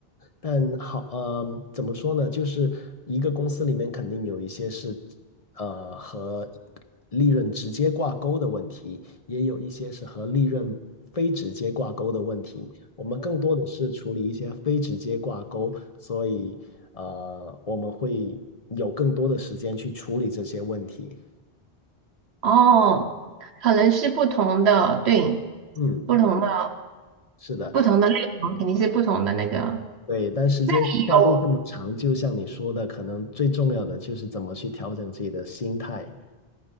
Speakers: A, on the left; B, on the right.
A: 但好，嗯，怎么说呢？就是一个公司里面肯定有一些是，呃，和利润直接挂钩的问题，也有一些是和利润非直接挂钩的问题。我们更多的是处理一些非直接挂钩，所以，呃，我们会有更多的时间去处理这些问题。
B: 哦，可能是不同的，对，
A: 嗯，
B: 不同的
A: 是的，
B: 不同的内容肯定是不同的那个。
A: 对，但时间跨度这么长，
B: 有
A: 就像你说的，可能最重要的就是怎么去调整自己的心态。